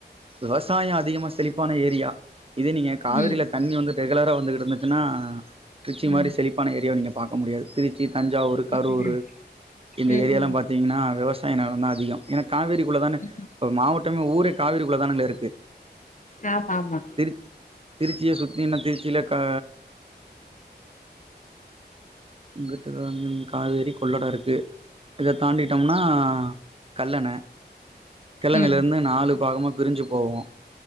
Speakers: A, on the right; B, on the left.
A: விவசாயம் அதிகமா செழிப்பான ஏரியா இத நீங்க காவிரில
B: ம்
A: தண்ணி வந்து ரெகுலரா வந்துக்குட்ருந்துச்சுன்னா ட்ரிச்சி
B: ம்
A: மாரி செளிப் பன ஏரியாவ நீங்க பாக்க முடியாது திருச்சி தஞ்சாவூரு கரூரு
B: ம்
A: இந்த
B: ம்
A: ஏரியாலா
B: ம்
A: பாத்தீங்ன்னா வெவசாய நெலந்தா அதிகொ ஏனா காவேரிக்குள்ள தான
B: ம்
A: போ மாவோட் ட்டமே ஊரே காவிரி குள்ளதானுங்ல இருக்கு
B: ஆ பாமா
A: திருக் திருச்சிய சுத்தி ன திருச்சில கா உங்கிட்டதா எங் காவேரி கொள்ளடா இருக்கு இத தாண்டிட்டம்னா கல்லண கல்லணல்ல
B: ம்
A: ருந்நு நாலு பாகமா பிரிஞ்சி போவு